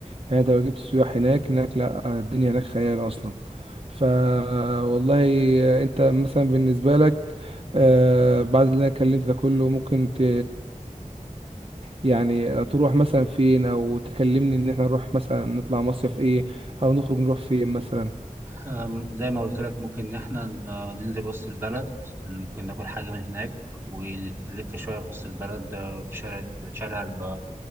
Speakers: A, on the right; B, on the right.
A: يعني انت لو جبت سياح هناك هناك لا الدنيا هناك خيال اصلا ف والله انت مثلا بالنسبه لك آه، بعد اللي انا اتكلمت ده كله ممكن ت يعني تروح مثلا فين او تكلمني ان احنا نروح مثلا نطلع مصيف ايه او نخرج نروح فين مثلا
B: أم، زي ما قلت لك ممكن إن إحنا ن- ننزل وسط البلد ممكن ناكل حاجة من هناك ونلف شوية في وسط البلد آه، في شارع في الشارع ال-